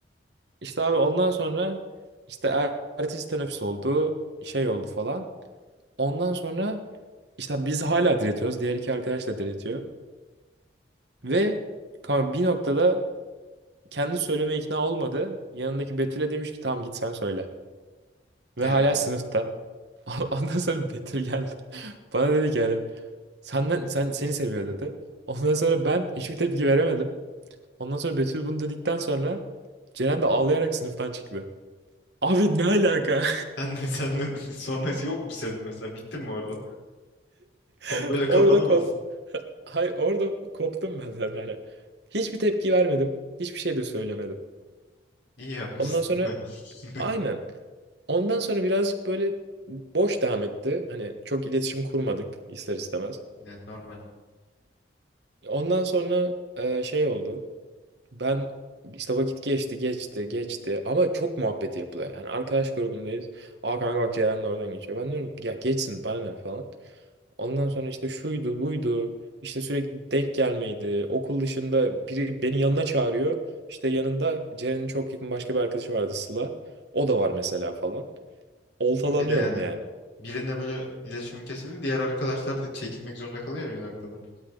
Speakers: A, on the right; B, on the left.
A: İşte abi ondan sonra işte er- ertesi teneffüs oldu. Şey oldu falan. Ondan sonra işte biz hala diretiyoruz. Diğer iki arkadaş da diretiyor. Ve kanka bir noktada kendi söylemeye ikna olmadı. Yanındaki Betül'e demiş ki tamam git sen söyle. Ve
B: Evet.
A: hala sınıfta. <laughs> Ondan sonra Betül geldi. <laughs> Bana dedi ki yani senden sen seni seviyor dedi. Ondan sonra ben hiçbir tepki veremedim. Ondan sonra Betül bunu dedikten sonra Ceren de ağlayarak sınıftan çıktı. Abi ne alaka?
B: Sen de sen de <laughs> sonrası yok mu senin mesela? Bittin mi orada? Konu
A: <laughs>
B: böyle kapanamaz.
A: Orada kop. <laughs> Hay orada koptum ben zaten. Hani hiçbir tepki vermedim. Hiçbir şey de söylemedim.
B: İyi yapmışsın.
A: Ondan sonra
B: <laughs>
A: aynen. Ondan sonra birazcık böyle boş devam etti. Hani çok iletişim kurmadık ister istemez.
B: Evet, normal.
A: Ondan sonra e, şey oldu. Ben işte vakit geçti geçti geçti ama çok muhabbeti yapılıyor. Yani arkadaş grubundayız. Aa kanka bak Ceren de oradan geçiyor. Ben diyorum ya geçsin bana ne falan. Ondan sonra işte şuydu buydu. İşte sürekli denk gelmeydi. Okul dışında biri beni yanına çağırıyor. İşte yanında Ceren'in çok yakın başka bir arkadaşı vardı Sıla. O da var mesela falan. Oltalanıyorum
B: Ama bir de yani
A: yani.
B: birinle böyle iletişimin kesildi. Diğer arkadaşlar da çekilmek zorunda kalıyor ya bir noktada.